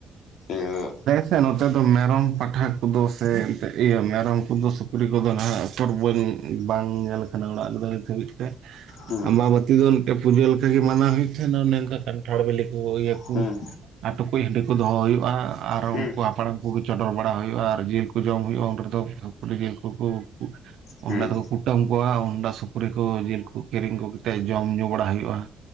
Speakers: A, on the left; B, on the right.
A: ᱤᱭᱟᱹ
B: ᱥᱮ ᱱᱚᱛᱮ ᱫᱚ ᱢᱮᱨᱚᱢ ᱯᱟᱴᱷᱟ ᱠᱚᱫᱚ ᱥᱮ ᱮᱱᱛᱮᱫ ᱤᱭᱟᱹ ᱢᱮᱨᱚᱢ ᱠᱚᱫᱚ ᱥᱩᱠᱨᱤ ᱠᱚᱫᱚ ᱱᱟᱦᱟᱜ ᱩᱯᱚᱨ ᱵᱟᱹ ᱵᱟᱝ ᱧᱮᱞ ᱠᱟᱱᱟ ᱚᱲᱟᱜ ᱨᱮᱫᱚ ᱱᱤᱛ ᱦᱟᱹᱵᱤᱡ ᱛᱮ
A: ᱦᱩᱸ
B: ᱟᱢᱵᱟᱵᱩᱛᱤ ᱛᱤ ᱫᱚ ᱢᱤᱫᱴᱮᱱ ᱯᱩᱡᱟᱹ ᱞᱮᱠᱟ ᱜᱮ ᱢᱟᱱᱟᱣ ᱦᱩᱭᱩᱜ ᱛᱟᱦᱮᱸᱱᱟ, ᱚᱱᱮ ᱚᱱᱠᱟ ᱠᱟᱱᱴᱷᱟᱲ ᱵᱮᱞᱮ ᱠᱚ ᱤᱭᱟᱹ ᱠᱩ
A: ᱦᱩᱸ
B: ᱟᱨ ᱴᱩᱠᱩᱡ ᱦᱟᱺᱰᱤ ᱠᱚ ᱫᱚᱦᱚ ᱦᱩᱭᱩᱜᱼᱟ ᱟᱨ
A: ᱦᱩᱸ
B: ᱩᱱᱠᱩ ᱦᱟᱯᱲᱟᱢ ᱠᱚᱜᱮ ᱪᱚᱰᱚᱨ ᱵᱟᱲᱟ ᱦᱩᱭᱩᱜᱼᱟ, ᱟᱨ ᱡᱤᱞ ᱠᱚ ᱡᱚᱢ ᱦᱩᱭᱩᱜᱼᱟ, ᱩᱱ ᱨᱮᱫᱚ ᱥᱩᱠᱨᱤ ᱡᱤᱞ ᱠᱚᱠᱚ
A: ᱦᱩᱸ
B: ᱚᱸᱰᱮ
A: ᱦᱩᱸ
B: ᱫᱚᱠᱚ ᱠᱩᱴᱟᱹᱢ ᱠᱚᱣᱟ, ᱚᱸᱰᱮ ᱥᱩᱠᱨᱤ ᱠᱚ ᱡᱤᱞ ᱠᱚ ᱠᱤᱨᱤᱧ ᱠᱚ ᱠᱟᱛᱮᱜ ᱡᱚᱢ ᱧᱩ ᱵᱟᱲᱟ ᱦᱩᱭᱩᱜᱼᱟ ᱾